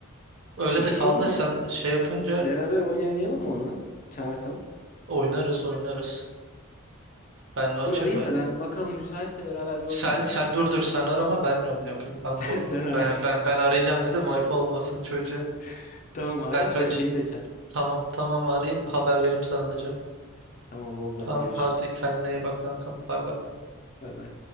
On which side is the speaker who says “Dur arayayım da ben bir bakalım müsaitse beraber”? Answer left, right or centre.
Left